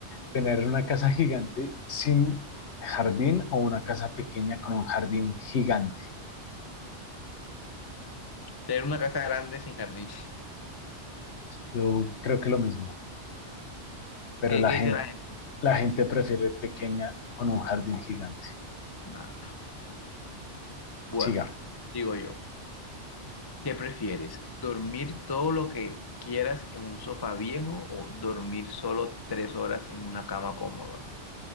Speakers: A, on the left; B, on the left.
A: ¿Tener una casa gigante sin jardín o una casa pequeña con un jardín gigante?
B: Tener una casa grande sin jardín.
A: Yo creo que lo mismo, pero
B: ¿Qué,
A: la
B: qué
A: gente,
B: dice la gente?
A: la gente prefiere pequeña con un jardín gigante.
B: Nada. Bueno,
A: Siga,
B: digo yo, ¿qué prefieres? ¿Dormir todo lo que quieras en un sofá viejo o dormir solo tres horas en una cama cómoda?